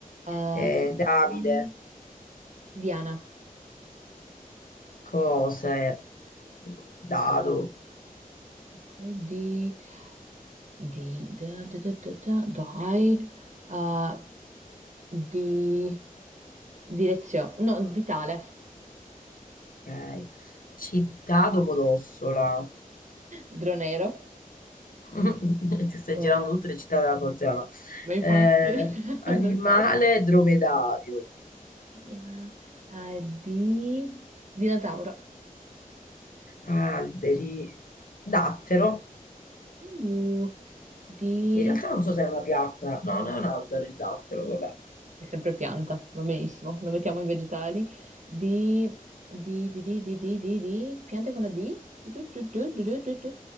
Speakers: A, on the right; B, on the left.
A: eh,
B: Eh, Davide,
A: di- Diana.
B: cose, dado,
A: Eh, Ok, di... di... da- da- da- da- da- Dai. Uh, di direzione, no, di tale,
B: ok, città Domodossola,
A: dronero,
B: <laughs> ti stai
A: Oh,
B: girando tutte le città della tua zona,
A: ma infatti,
B: Eh,
A: <laughs>
B: animale
A: per forza,
B: dromedario,
A: Yeah. Eh, di dinosauro,
B: alberi, dattero,
A: Uh, di,
B: in realtà non so se è una pianta, no, non è un albero il dattero, vabbè,
A: è sempre pianta, va benissimo, lo mettiamo in vegetali, di, di, di, di, di, di, di, di- piante con la D, Du- du- du- du- du- du- du-